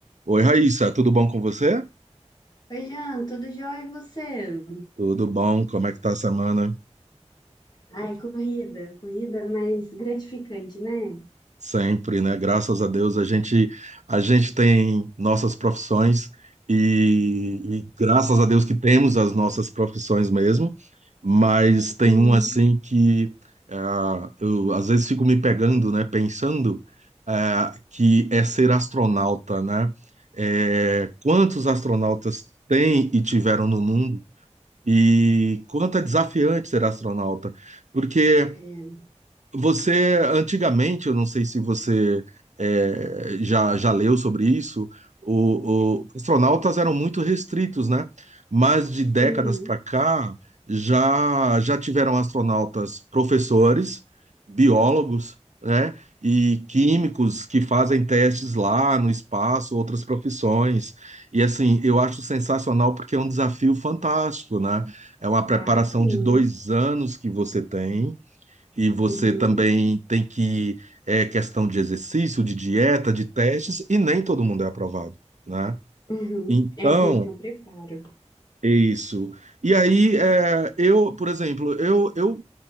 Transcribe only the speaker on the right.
Oi, Raíssa, tudo bom com você?
Tudo bom? Como é que tá a semana?
Sempre, né? Graças a Deus a gente a gente tem nossas profissões e, e graças a Deus que temos as nossas profissões mesmo, mas tem
um assim que ah, eu às vezes fico me pegando, né? Pensando ah, que é ser astronauta, né? É, quantos astronautas tem e tiveram no mundo? E quanto é desafiante ser astronauta, porque
você, antigamente, eu não sei se você eh, já, já leu sobre isso, o, o- os astronautas eram muito restritos, né? Mas de décadas
para cá, já, já tiveram astronautas professores, biólogos, né? E químicos que fazem testes lá no espaço, outras profissões. E assim, eu acho sensacional porque é um desafio fantástico, né? É uma preparação
de dois anos que você tem e você
também tem que, é questão de exercício, de dieta, de testes, e nem todo mundo é aprovado, né?
Então,
é isso. E aí, é, eu, por exemplo, eu, eu